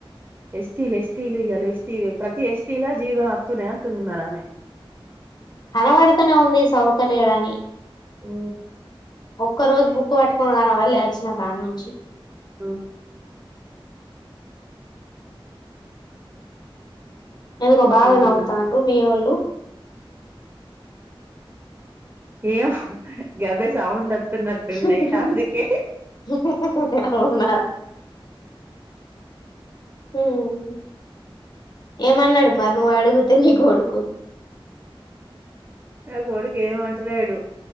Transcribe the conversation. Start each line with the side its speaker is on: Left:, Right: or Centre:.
Right: ఎస్టీలు ఎస్టీలు ఇలా ఎస్టీలు ప్రతి ఎస్టీలా జీరో వత్తున్నాయి అంటుంది మరి ఆమె
Left: అలావరుతనే వదిలేసా సదువుతాలేడు అని
Right: ఊ
Left: ఒక్కరోజు బుక్కు పట్టుకోగా కనభలే వచ్చిన కాడి నుంచి
Right: ఆ
Left: ఎందో బాగా నవ్వుతానర్లు
Right: ఆహా
Left: మీ వొళ్ళు
Right: ఎమో గవే సౌండ్ వత్తున్నట్టున్నయి
Left: చెప్పు
Right: అందుకే
Left: చెప్పు హహహ్హా అవునా హ్మ్మ్ ఏమన్నాడు మరి నువ్వు అడుగు పెళ్ళికొడుకు
Right: నా కోడుకు ఏమి అంటలేడు